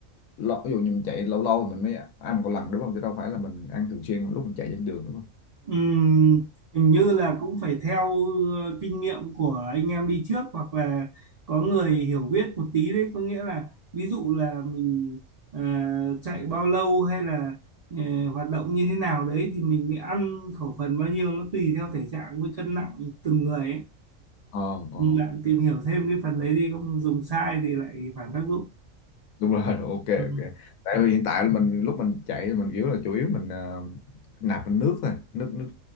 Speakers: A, on the left; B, on the right.
A: lâu, ví dụ như mình chạy lâu lâu thì mình mới ăn một lần đúng không chứ đâu phải là mình ăn thường xuyên lúc mình chạy trên đường đúng không
B: Ừm, hình như là cũng phải theo ờ, kinh nghiệm của anh em đi trước hoặc là có người hiểu biết một tí đấy có nghĩa là ví dụ là mình ờ, chạy bao lâu hay là ờ, hoạt động như thế nào đấy thì mình mới ăn khẩu phần bao nhiêu nó tùy theo thể trạng với cân nặng từng người ấy.
A: ờ ờ
B: Bạn tìm hiểu thêm cái phần đấy đi không dùng sai thì lại phản tác dụng.
A: đúng rồi <laughs> ok ok
B: Ừ,
A: tại
B: ừ, ừ.
A: vì hiện tại là mình lúc mình chạy thì mình kiểu là chủ yếu mình ờ, nạp bằng nước thôi nước nước